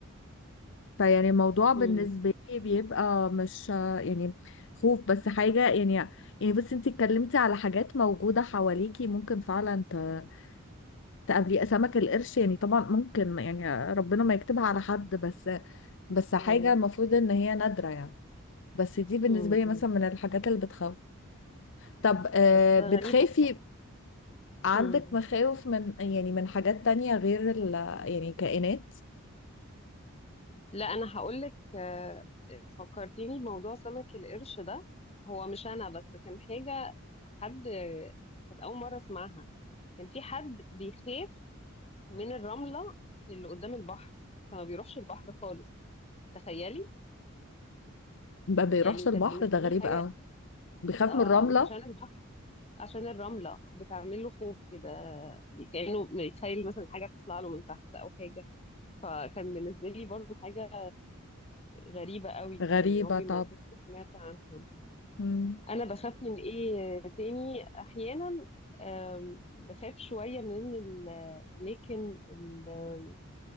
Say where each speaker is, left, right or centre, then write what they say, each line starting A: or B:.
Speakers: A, on the left (about 60°); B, on the left (about 30°).
A: فيعني الموضوع بالنسبة
B: مم.
A: لي بيبقى مش آه، يعني خوف بس حاجة يعني يعني بس انتي اتكلمتي على حاجات موجودة حواليكي ممكن فعلا ت- تقابليه سمك القرش يعني طبعا ممكن يعني ربنا ما يكتبها على حد بس بس حاجة
B: اه
A: المفروض ان هي نادرة يعني بس دي بالنسبة
B: مم.
A: لي
B: مم.
A: مثلا من الحاجات اللي بتخوف طب آه
B: بس غريبة
A: بتخافي عندك
B: فعلا
A: مخاوف من يعني من حاجات تانية غير ال يعني كائنات
B: لا انا هقولك آه، فكرتيني بموضوع سمك القرش ده هو مش انا بس كان حاجه حد كانت اول مره اسمعها كان في حد بيخاف من الرمله اللي قدام البحر فما بيروحش البحر خالص تخيلي
A: ما بيروحش
B: يعني
A: البحر
B: كانت بالنسبه
A: ده غريب
B: لي حاجه
A: قوي بيخاف
B: اه
A: من الرملة
B: مش عشان البحر عشان الرمله بتعمل له خوف كده كانه بيتخيل مثلا حاجه تطلع له من تحت او حاجه فكان بالنسبه لي برضو حاجه غريبه قوي
A: غريبة
B: يعني عمري
A: طب
B: ما كنت سمعت عنها
A: مم.
B: انا بخاف من ايه تاني احيانا أم، بخاف شوية من الأماكن ال-